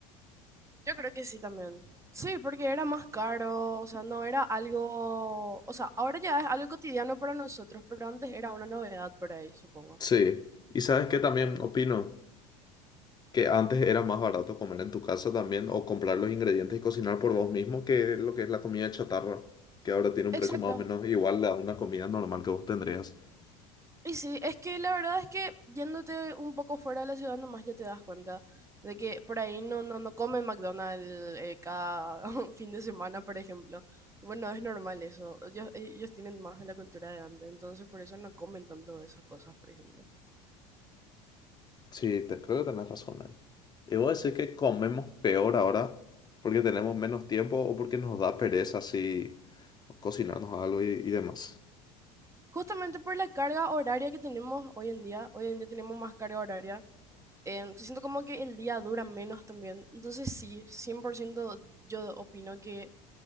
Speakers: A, on the right; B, on the left.
A: Yo creo que sí también. Sí, porque era más caro, o sea, no era algo, o sea, ahora ya es algo cotidiano para nosotros, pero antes era una novedad por ahí, supongo.
B: Sí. Y sabes que también opino que antes era más barato comer en tu casa también o comprar los ingredientes y cocinar por vos mismo que lo que es la comida chatarra, que ahora tiene un precio
A: Exacto,
B: más o menos igual a una comida normal que vos tendrías.
A: Y sí, es que la verdad es que yéndote un poco fuera de la ciudad nomás ya te das cuenta de que por ahí no, no, no comen McDonald's eh, cada <laughs> fin de semana, por ejemplo. Bueno, es normal eso. Ellos, ellos tienen más de la cultura de antes, entonces por eso no comen tanto de esas cosas, por ejemplo.
B: Sí, te- creo que tenés razón ahí. Y voy a decir que comemos peor ahora porque tenemos menos tiempo o porque nos da pereza así cocinarnos algo y, y demás.
A: Justamente por la carga horaria que tenemos hoy en día, hoy en día tenemos más carga horaria. eh, siento como que el día dura menos también. Entonces sí, 100% yo opino que